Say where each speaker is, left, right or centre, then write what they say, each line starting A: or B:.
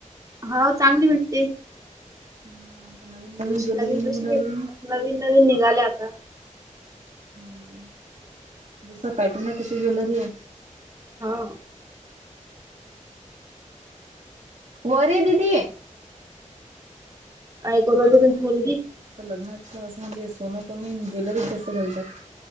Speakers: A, on the right; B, on the right.
A: हो, चांगली भेटते.
B: हा आता नवीन- नवीन
A: जशी
B: ज्वेलरी
A: लागेल
B: निघून
A: तशी
B: राहिली
A: भेटते
B: म्हणे.
A: नवीन- नवीन निघाल्या आता.
B: हम्म. जसा पॅटर्नय, तशी ज्वेलरीय.
A: हाव.
B: वर यी दीदी.
A: काय करू राहिली? तुमची
B: हा,
A: मुलगी
B: तेच ना. आता लग्नात असं म्हणजे, सोनं कमी न ज्वेलरीज जास्त घालतात.